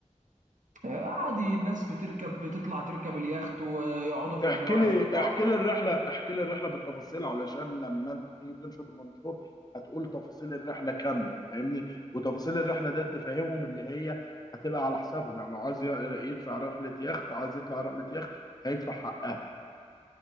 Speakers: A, on the right; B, on the left.
A: آه، عادي الناس بتركب بتطلع تركب اليخت ويقعدوا في
B: احكي
A: الب-
B: لي
A: في البحر
B: احكي لي الرحلة احكي لي الرحلة بالتفاصيل علشان لما أنت تيجي تنشر المنشور هتقول تفاصيل الرحلة كاملة فاهمني؟ وتفاصيل الرحلة ده تفهمهم اللي هي هتبقى على حسابهم يعني لو عايز ي- يدفع رحلة يخت عايز يطلع رحلة يخت هيدفع حقها.